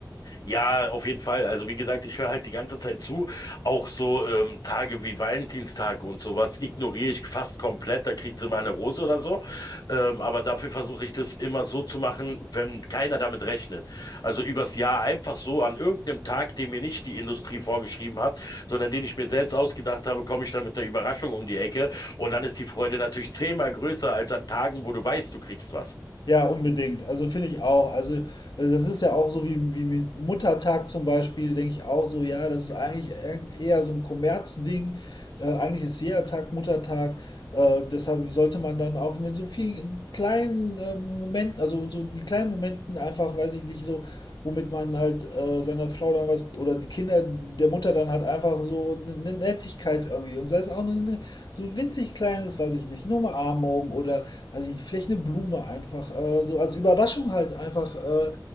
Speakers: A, on the left (about 65°); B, on the left (about 80°).
A: Ja, auf jeden Fall. Also wie gesagt, ich höre halt die ganze Zeit zu. Auch so ähm, Tage wie Valentinstag und sowas ignoriere ich fast komplett. Da kriegt sie mal eine Rose oder so. Ähm, aber dafür versuche ich das immer so zu machen, wenn keiner damit rechnet. Also übers Jahr einfach so an irgendeinem Tag, den mir nicht die Industrie vorgeschrieben hat, sondern den ich mir selbst ausgedacht habe, komme ich dann mit der Überraschung um die Ecke. Und dann ist die Freude natürlich zehnmal größer als an Tagen, wo du weißt, du kriegst was.
B: Ja, unbedingt. Also finde ich auch. Also äh, das ist ja auch so wie, wie mit Muttertag zum Beispiel, denke ich auch so, ja, das ist eigentlich eher eher so ein Kommerzding. Äh, eigentlich ist jeder Tag Muttertag. Äh, deshalb sollte man dann auch mit so vielen kleinen äh, Momenten, also so die kleinen Momenten einfach, weiß ich nicht, so womit man halt äh, seiner Frau dann was oder die Kinder der Mutter dann halt einfach so eine Nettigkeit irgendwie und sei es auch nur eine, so winzig kleines, weiß ich nicht, nur eine Umarmung oder weiß ich nicht, vielleicht eine Blume einfach äh, so als Überraschung halt einfach äh,